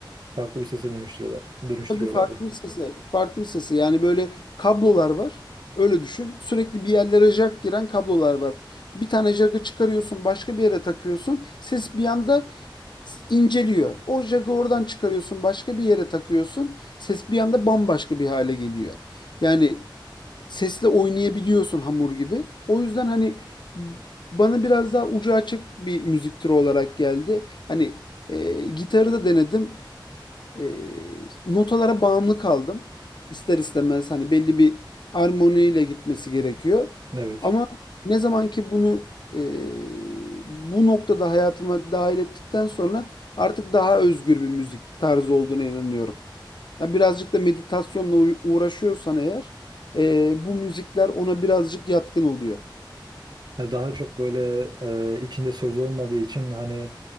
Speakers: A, on the right; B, on the left.
A: farklı bir sese dönüştürüyorlar, dönüştürüyorlardı.
B: Tabii farklı bir sesi. Farklı bir sesi. Yani böyle kablolar var. Öyle düşün. Sürekli bir yerlere jack giren kablolar var. Bir tane jack'ı çıkarıyorsun, başka bir yere takıyorsun. Ses bir anda s- inceliyor. O jack'ı oradan çıkarıyorsun, başka bir yere takıyorsun. Ses bir anda bambaşka bir hale geliyor. Yani sesle oynayabiliyorsun hamur gibi. O yüzden hani b- bana biraz daha ucu açık bir müzik türü olarak geldi. Hani e, gitarı da denedim e, notalara bağımlı kaldım. İster istemez hani belli bir armoniyle gitmesi gerekiyor.
A: Evet.
B: Ama ne zaman ki bunu e, bu noktada hayatıma dahil ettikten sonra artık daha özgür bir müzik tarzı olduğuna inanıyorum. Yani birazcık da meditasyonla uy- uğraşıyorsan eğer e, bu müzikler ona birazcık yatkın oluyor.
A: Ya Daha çok böyle e, içinde söz olmadığı için hani